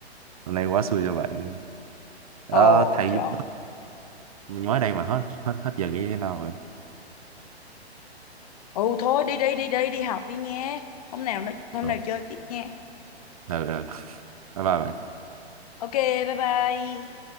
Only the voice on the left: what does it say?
ồ
trời
ừ thôi đi đi đi đi đi học đi nha hôm nào nói- hôm
nào chơi tiếp nha
ok bye bye